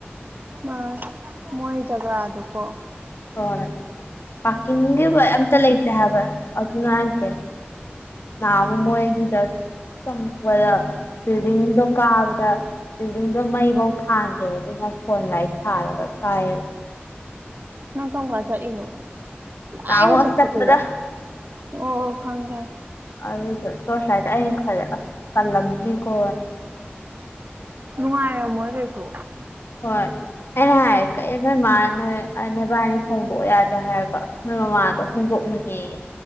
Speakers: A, on the right; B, on the left.
A: ꯃꯥ ꯃꯣꯏꯖꯒꯥ ꯑꯗꯨ ꯑꯗꯨꯀꯣ
B: ꯍꯣꯏ ꯄꯥꯔꯀꯤꯡꯒꯤ ꯑꯝꯇ ꯂꯩꯇꯦ ꯍꯥꯏꯕ ꯑꯗꯨꯅꯉꯥꯏꯁꯦ ꯅꯎꯃ ꯍꯦꯒꯗ ꯆꯪꯕꯗ ꯕꯤꯜꯗꯤꯡꯗꯣ ꯀꯥꯕꯗ ꯕꯤꯜꯗꯤꯡꯗꯣ ꯃꯩꯐꯧ ꯊꯥꯟꯗꯦꯕ ꯑꯗꯨꯅ ꯐꯣꯟ ꯂꯥꯏ ꯊꯥꯜꯒ ꯀꯥꯏ
A: ꯅꯪ ꯀ ꯀꯖ ꯏꯩꯅ
B: ꯅꯍꯥꯟꯃꯨꯛ
A: ꯑꯩꯅ ꯆꯠꯄꯗꯨꯔꯣ
B: ꯑꯁ ꯆꯠꯄꯗ
A: ꯑꯣ ꯑꯣ ꯈꯪꯦ
B: ꯑꯗꯨ ꯇꯣꯁꯂꯥꯏꯇ ꯑꯩꯡ ꯈꯂꯦꯁ ꯀꯜꯂꯅꯤ ꯀꯣ
A: ꯅꯉꯥꯏ ꯃꯣꯏ ꯀꯣ
B: ꯍꯣꯏ ꯑꯦꯅ ꯍꯥꯏ ꯃꯥ ꯅꯣꯏ ꯅꯕꯥꯏꯅꯤ ꯍꯣꯡꯗꯣꯛꯑꯣ ꯌꯥꯗ꯭ꯔꯥ ꯍꯥꯏꯔꯀꯣ ꯅꯣꯏ ꯃꯃꯥꯗꯣ ꯍꯣꯡꯗꯣꯛꯅꯤꯡꯉꯦꯌꯦ